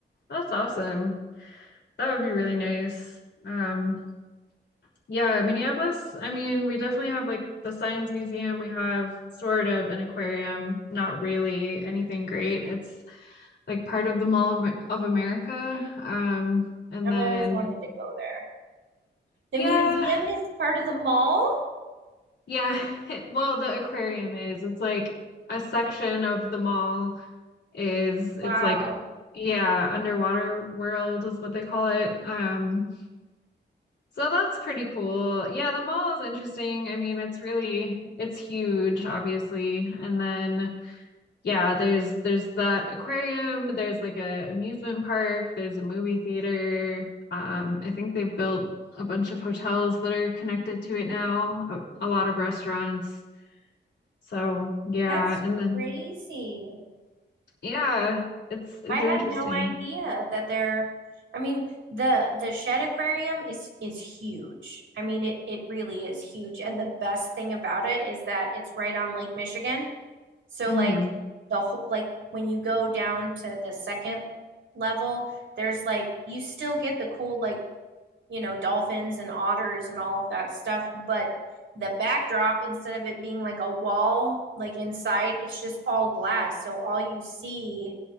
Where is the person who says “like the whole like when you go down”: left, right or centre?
Right